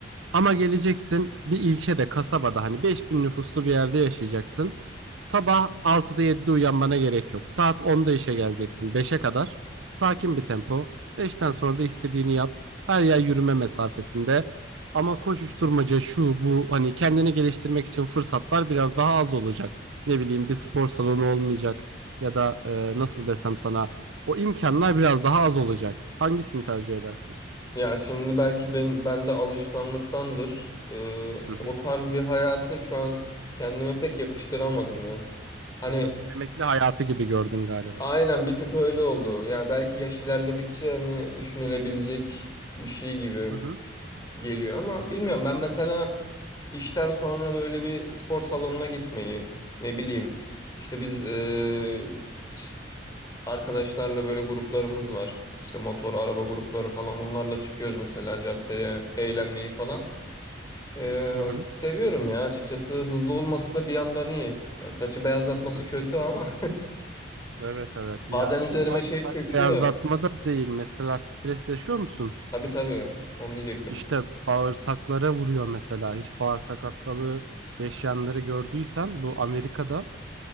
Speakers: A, on the right; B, on the left.
A: Ama geleceksin bir ilçede, kasabada hani 5000 nüfuslu bir yerde yaşayacaksın. Sabah altıda 7'de uyanmana gerek yok. Saat onda işe geleceksin beşe kadar. Sakin bir tempo. beşten sonra da istediğini yap. Her yer yürüme mesafesinde. Ama koşuşturmaca şu bu hani kendini geliştirmek için fırsatlar biraz daha az olacak. Ne bileyim bir spor salonu olmayacak ya da e, nasıl desem sana o imkanlar biraz daha az olacak. Hangisini tercih edersin?
B: Ya şimdi belki ben bende alışkanlıktandır. Ee,
A: Hı hı.
B: o tarz bir hayatı şu an kendime pek yakıştıramadım ya. Hani
A: Hı hı. Emekli hayatı gibi gördün galiba.
B: aynen bir tık öyle oldu. Yani belki yaş ilerledikçe hani düşünülebilecek bir şey gibi.
A: Hı hı.
B: geliyor ama
A: Hı hı.
B: bilmiyorum ben mesela işten sonra böyle bir spor salonuna gitmeyi ne bileyim işte biz e, ş- arkadaşlarla böyle gruplarımız var işte motor araba grupları falan onlarla çıkıyoruz mesela caddeye eğlenmeyi falan E,
A: Hı hı.
B: seviyorum ya açıkçası hızlı olması da bir yandan iyi Ya saçı beyazlatması
A: Hı hı.
B: kötü ama
A: Evet
B: <laughs>
A: evet
B: bazen
A: ya
B: üzerime
A: sadece
B: şey
A: saç
B: çöküyor
A: beyazlatma da değil mesela stres yaşıyor musun?
B: tabii tabii onu diyecektim
A: İşte bağırsaklara vuruyor mesela hiç bağırsak hastalığı yaşayanları gördüysen bu Amerika'da